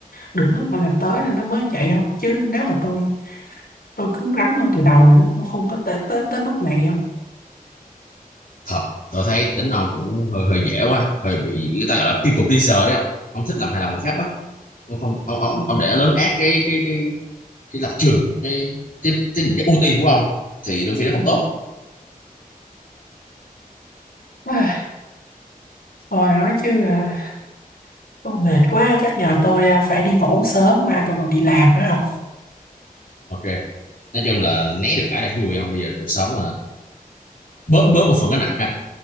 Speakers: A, on the left (about 80°); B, on the left (about 65°).
A: được nước mà làm tới nên nó mới vậy không chứ nếu mà tôi tôi cứng rắn hơn từ đầu thì nó cũng không có tới tới tới mức này không
B: thật tôi thấy tính ông cũng hơi hơi dễ quá hơi bị người ta gọi là people pleaser đấy không ông thích làm hài lòng người khác quá ông không ông ông,
A: Ừ.
B: ông để lớn át cái cái cái cái lập trường cái cái cái, những cái ưu tiên của ông thì đôi khi nó không
A: Ừ.
B: tốt
A: À, thôi nói chứ à, Ô, mệt quá chắc giờ tôi à, phải đi ngủ sớm mai tôi còn đi làm nữa không
B: ok nói chung là né được lại là vui không bây giờ cuộc sống mà bớt bớt một phần cái nặng ha